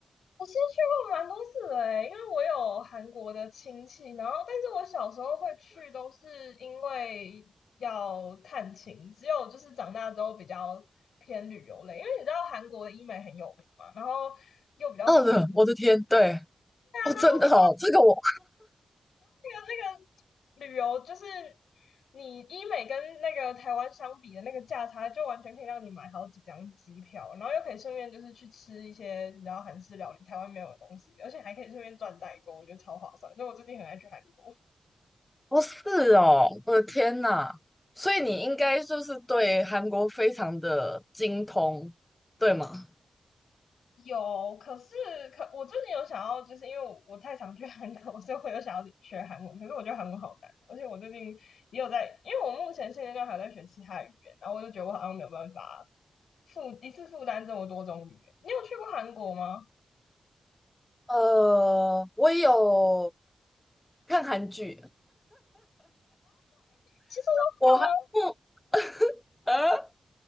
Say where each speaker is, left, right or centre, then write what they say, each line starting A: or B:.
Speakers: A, on the left; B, on the left.
A: 我其实去过蛮多次的诶，因为我有韩国的亲戚，然后但是我小时候会去都是因为要探亲，只有就是长大之后比较偏旅游类，因为你知道韩国的医美很有名嘛，然后又比较便宜。
B: 二的，我的天，对，哦，
A: 然后你。
B: 真的哦，这个我，
A: 那个旅游，就是你医美跟那个台湾相比的那个价差，就完全可以让你买好几张机票，然后又可以顺便就是去吃一些你知道韩式料理，台湾没有的东西，而且还可以顺便赚代购，我觉得超划算。所以我最近很爱去韩国。
B: 哦，是哦，我的天呐，所以你应该就是对韩国非常的精通，对吗？
A: 有，可是可我最近有想要，就是因为我我太常去韩国，所以我有想要学韩文。可是我觉得韩文好难哦，而且我最近也有在，因为我目前现阶段还在学其他语言，然后我就觉得我好像没有办法负一次负担这么多种语言。你有去过韩国吗？
B: 呃，我有看韩剧，
A: 其实我反而
B: 我还不，呃，